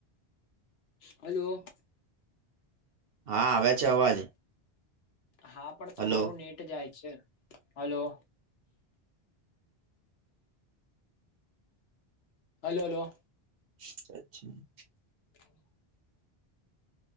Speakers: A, on the left (about 75°); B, on the right (about 65°).
A: હલો.
B: હા આવે છે અવાજ
A: હા, પણ તમારું
B: હલો
A: નેટ જાય છે, હલો. હલો હલો
B: સાછી <unintelligible>
A: હ.